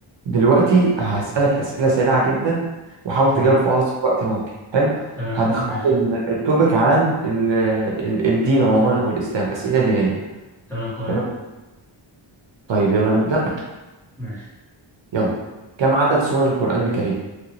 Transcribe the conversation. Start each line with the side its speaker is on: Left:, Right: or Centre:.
Right: دلوقتي هسألك أسئلة سريعة جدا وحاول تجاوب
Centre: تمام
Right: في أقصر وقت ممكن حلو
Centre: تمام
Right: هنختار
Centre: ماشي
Right: ال- التوبيك عن ال- ال- الدين عموما أو الإسلام أسئلة دينية
Centre: تمام كويس
Right: تمام طيب يلا نبدأ
Centre: ماشي
Right: يلا كم عدد سور القرآن الكريم